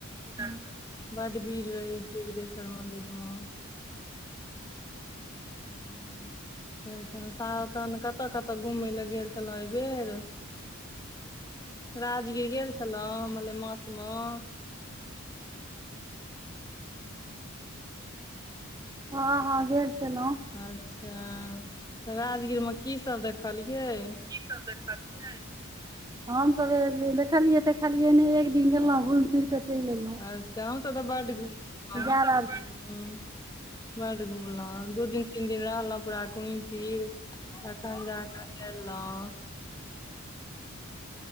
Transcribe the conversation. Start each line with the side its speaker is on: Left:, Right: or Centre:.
Right: <unintelligible>
Left: बड्ड भीर रहै छै बिदेश्वर मंदिर मऽ। हूँ-हूँ <unintelligible> कत्- कत्तऽ-कत्तऽ घूमै लैऽ गेल छलौं अयबेर? राजगीर गेल छलौं मलेमास मऽ?
Right: हं-हं गेल छलौं।
Left: अच्छा तऽ राजगीरमे की सब देखलियै।
Right: की सब देखलियै। हम सब ऐब देखलियै- देखलियै ने एक दिन गेलौं घुम-फिर के चेल एलों।
Left: अच्छा आहु सब तऽ बड घुम उऊ खाओ।
Right: जादा हूँ
Left: बड घुमलौं दू दिन, तीन दिन रहलौं पूरा घुम- फिर तखन जाकऽ ऐलौं।